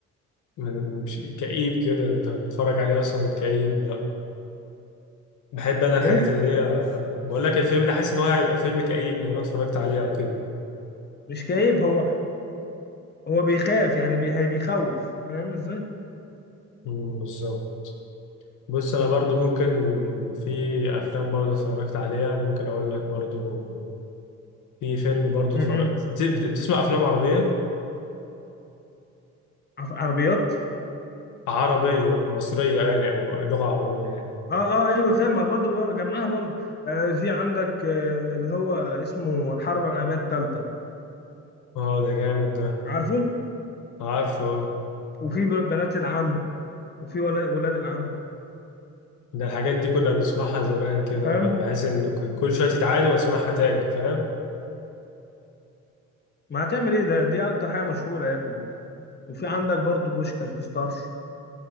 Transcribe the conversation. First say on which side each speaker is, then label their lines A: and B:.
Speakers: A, on the left (about 80°); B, on the left (about 35°).
A: م- مش كئيب كده انت تتفرج عليه اصلا كئيب لا بحب انا الحاجات
B: ايه
A: اللي هي بقول لك الفيلم ده حاسس ان هو هيبقى فيلم كئيب لو انا اتفرجت عليه او كده
B: مش كئيب هو هو بيخاف يعني بي- هي- بيخوف فاهم ازاي؟
A: مم، بالظبط بص انا برضو ممكن في افلام برضو اتفرجت عليها ممكن اقول لك برضو في فيلم برضو
B: م-
A: اتفرجت
B: م.
A: بتسمع افلام عربية
B: عف- عربيات
A: عربية مصرية يعني او لغة عربية يعني
B: اه اه ايوه فاهم ما برضو بر- جمعها برضو آه في عندك آه اللي هو اسمه الحرب العالميه الثالثه
A: اه ده جامد ده
B: عارفه
A: عارفه آه.
B: وفي ب- بنات العم وفي ولا- ولاد العم
A: ده الحاجات دي كنا بنسمعها زمان كده
B: فاهم
A: بحيث ان ك- كل شوية تتعاد واسمعها تاني فاهم
B: ما هتعمل ايه ده دي اكتر حاجه مشهوره يا ابني وفي عندك برضو بوشكاش بوستارش